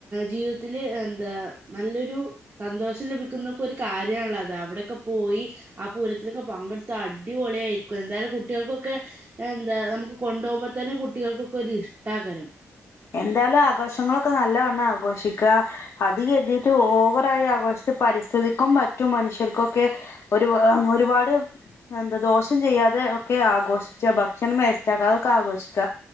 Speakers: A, on the right; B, on the left.
A: ജീവിതത്തില് എന്താ നല്ലൊരു സന്തോഷം ലഭിക്കുന്നൊക്കെ ഒരു കാ ര്യാണ് അത് അവിടൊക്കെ പോയി ആ പൂരത്തിന്ക്കെ പങ്കെടുത്ത അടിപൊളിയായിരിക്കും എന്താലും കുട്ട്യേൾക്കൊക്കെ എന്താ നമുക്ക് കൊണ്ടോഉമ്പ തന്നെ കുട്ടികൾക്കൊരു ഇഷ്ടക്കാരം
B: എന്താലും ആഘോഷങ്ങളൊക്കെ നല്ലവണ്ണം ആഘോഷിക്ക അത് കരുതീട്ട് ഓവറായ ആഘോഷിച്ച് പരിസ്ഥിതിക്കും മറ്റും മനുഷ്യർക്കൊക്കെ ഒരു ഒരുപാട് എന്താ ദോഷം ചെയ്യാതെ ഒക്കെ ആഘോഷിച്ച ഭക്ഷണം വേസ്റ്റ് ആക്കതൊക്കെ ആഘോഷിക്ക